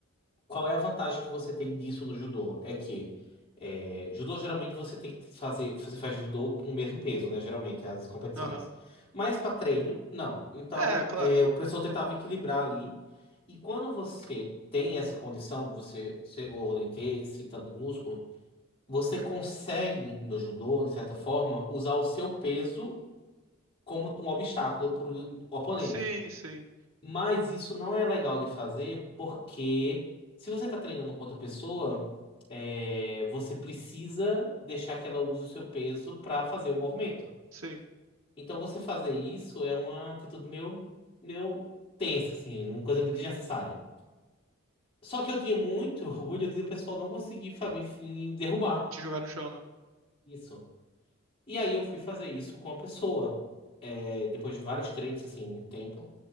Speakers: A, on the left; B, on the right.
A: qual é a vantagem que você tem disso no judô? É que é, judô geralmente você tem que fazer, você faz judô com o mesmo peso, né? Geralmente as competições.
B: Aham.
A: Mas para treino, não. Então,
B: É, claro.
A: é, o professor tentava equilibrar ali. E quando você tem essa condição de você ser gordo e ter esse tanto de músculo, você consegue no judô, de certa forma, usar o seu peso como um obstáculo para o oponente.
B: Sim, sim,
A: Mas isso não é legal de fazer porque se você está treinando com outra pessoa, é, você precisa deixar que ela use o seu peso para fazer o movimento.
B: sim.
A: Então você fazer isso é uma atitude meio, meio tensa, assim, uma coisa desnecessária.
B: Uhum.
A: Só que eu tinha muito <laughs> orgulho de o pessoal não conseguir fa- me me derrubar
B: Te jogar no chão, né?
A: isso. E aí eu fui fazer isso com a pessoa. é, depois de vários treinos, assim, muito tempo.